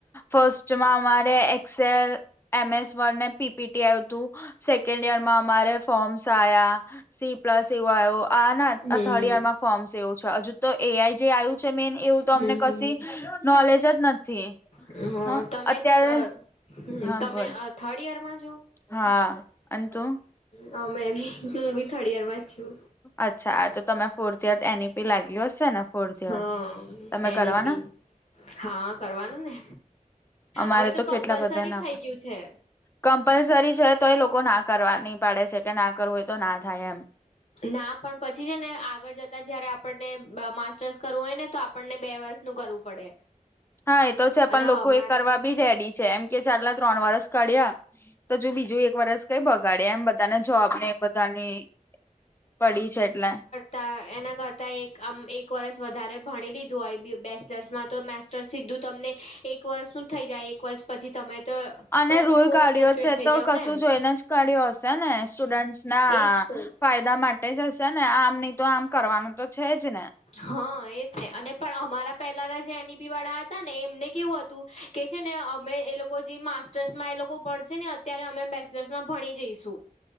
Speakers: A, on the left; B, on the left.
A: ફર્સ્ટમાં અમારે એક્સેલ એમએસ વને પીપીટી આવ હતું સેકન્ડ યર માં અમારે ફોર્મ્સ આવ્યા સી પ્લસ એવો આવ્યો આ ના આ
B: હમ
A: થર્ડ યર માં ફોર્મ્સ એવું છે હજુ તો એ આઈ જે આવ્યું મેન એવું તો અમને
B: હમ
A: ક
B: હમ
A: નોલેજ જ નથી
B: હમ હા
A: હ
B: તમે
A: અત્યારે
B: હમ
A: હા
B: તમે
A: બોલ
B: થર્ડ યરમાં છો
A: હા અનેંતું
B: હ મેબી હું બી થર્ડ યર માં જ છું
A: અચ્છા તો તમે fourth year N E P લાગ્યું હશે ને ફોર્થ યર
B: હા
A: તમે
B: એની
A: કરવાના
B: પી હા કરવાનું ને
A: અમારે
B: હવે તો કમ્પલસરી
A: કેટલા બધા ના
B: થઈ ગયું છે
A: કમ્પલસરી છે તો એ લોકો ના કરવાની પડે છે કે ના કરવું હોય તો ના થાય એમ
B: ના પણ પછી છે ને આગળ જતા જયારે આપણને માસ્ટર્સ કરવું હોય ને તો આપણને બે વર્ષ નું કરવું પડે
A: હા એ તો છે પણ
B: અને અમારે
A: લોકો એ કરવા બી રેડી છે એમ કે ચાલા ત્રણ વરસ કર્યા તો જો બીજું એક વરસ કઈ બગાડ્યા એમ બધ ધાને જોબ ને બધાની પડી છે એટલે
B: ત એના કરતા એક આમ એક વરસ વધારે ભણી લીધું હોય બેચલર્સમાં તો મેસ સીધું તમને એક વર્ષ નું થઈ જાય એક વર્ષ પછી તમે તો
A: અને રૂલ
B: પોસ્ટ
A: કાઢ્યો
B: ગ્રેજ્યુએટ
A: છે
B: થઈ
A: તો
B: જાવ
A: કશું
B: ને એમ
A: જોઈને જ કાઢ્યો હશે ને સ્ટુડન્ટ ના
B: એજ તો
A: ફાયદા મા ટેજ હશે ને આમ ની તો આમ કરવાનું તો છે જ ને
B: હા એ છે અને પણ અમારા પેલાના જે એની વાળા હતા ને એમને કેવું હતું કે છે ને અમે એ લોકો જે માસ્ટર્સમાં એ લોકો ભણસે ને ત્યારે અમે બેચલર્સમાં ભણી જઈશું